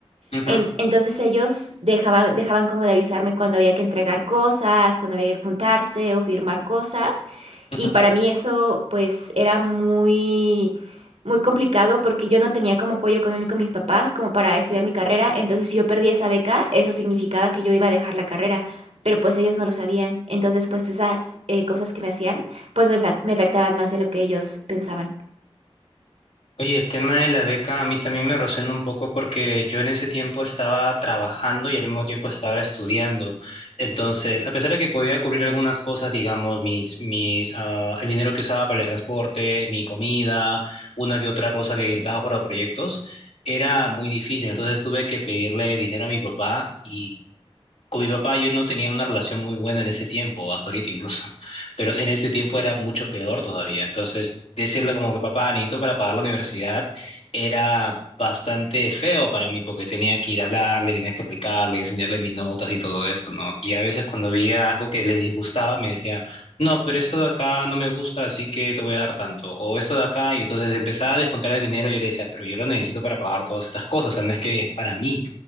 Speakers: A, on the left; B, on the right.
A: Ujú,
B: En- entonces ellos dejaban, dejaban como de avisarme cuando había que entregar cosas, cuando había que juntarse o firmar cosas.
A: ujú.
B: Y para mí eso pues era muy, muy complicado porque yo no tenía como apoyo económico de mis papás como para estudiar mi carrera. Entonces si yo perdía esa beca, eso significaba que yo iba a dejar la carrera, pero pues ellos no lo sabían. Entonces pues esas eh, cosas que me hacían pues me, fa- me afectaban más de lo que ellos pensaban.
A: Oye, el tema de la beca a mí también me resuena un poco porque yo en ese tiempo estaba trabajando y al mismo tiempo estaba estudiando. Entonces, a pesar de que podía cubrir algunas cosas, digamos, mis, mis, ah, el dinero que usaba para el transporte, mi comida, una que otra cosa que necesitaba para proyectos, era muy difícil. Entonces tuve que pedirle dinero a mi papá y con mi papá yo no tenía una relación muy buena en ese tiempo, hasta ahorita incluso, <laughs> pero en ese tiempo era mucho peor todavía. Entonces, decirle como que papá, necesito para pagar la universidad, era bastante feo para mí porque tenía que ir a hablarle, tenía que explicarle, enseñarle mis notas y todo eso, ¿no? Y a veces cuando veía algo que les disgustaba, me decía, no, pero esto de acá no me gusta, así que te voy a dar tanto, o esto de acá, y entonces empezaba a descontar el dinero y yo le decía, pero yo lo necesito para pagar todas estas cosas, o sea, no es que es para mí.